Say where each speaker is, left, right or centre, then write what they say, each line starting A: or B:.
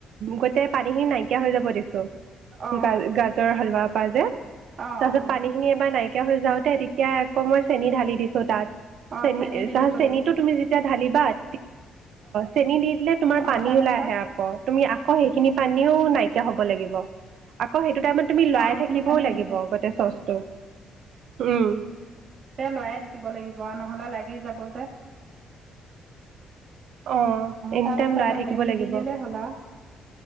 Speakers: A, on the right; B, on the right.
A: গোতেই পানী খিনি নাইকিয়া হৈ যাব দিছো
B: অঁ
A: গা গাজৰ হালোৱাত বাজে
B: অঁ
A: তাৰপিছত
B: অঁ
A: পানী খিনি এবাৰ নাই ন হৈ যাওতে তেতিয়া আকৌ মই চেনি ঢালি দিছো তাত
B: অঁ
A: চেনি
B: দি
A: তাৰ
B: দিব
A: চেনীতটো
B: লাগিব
A: তুমি যেতিয়া ধালি বাদ চেনি দি তোমাৰ পানী
B: অঁ তাৰপিছত
A: ওলাই আহে আঁ তুমি আকৌ সেইখিনি পানীও নাইকিয়া হ'ব লাগিব আকৌ সেই সটো টাইমত তুমি লৰাই
B: অঁ সেইখিনি
A: থাকিবও
B: পানী
A: লাগিব
B: নাইকিয়া
A: তাতে চচটো ওম
B: তে লৰায় থাকিব লাগিব নহলে লাগি যাব যে
A: অঁ এনি
B: তাৰপিছত
A: টাইম লৰাই থাকিব
B: হেৰি
A: লাগিব
B: দি দিলেই হ'ল আৰু